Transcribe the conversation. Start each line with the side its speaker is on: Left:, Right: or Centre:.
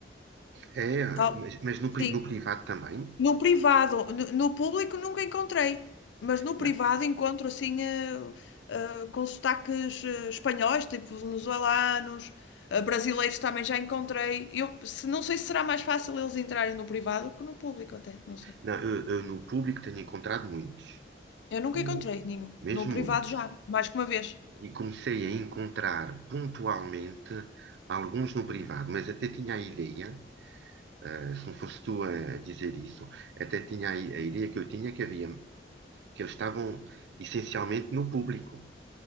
Right: é,
Left: Tal,
Right: mas, mas no, pri-
Left: sim,
Right: no privado também.
Left: no privado, no, no público nunca encontrei, mas no
Right: né?
Left: privado encontro assim eh, eh, com sotaques eh, espanhóis, tipo venezuelanos, eh, brasileiros também já encontrei. Eu se- não sei se será mais fácil eles entrarem no privado que no público até, não sei.
Right: Não, eu, eu no público tenho encontrado muitos,
Left: Eu nunca
Right: o-
Left: encontrei nenhum.
Right: mesmo
Left: No privado
Right: muitos.
Left: já, mais que uma vez.
Right: E, e comecei a encontrar pontualmente alguns no privado, mas até tinha a ideia, ah, se não fosse tu a, a dizer isso, até tinha a, i- a ideia que eu tinha que havia, que eles estavam essencialmente no público.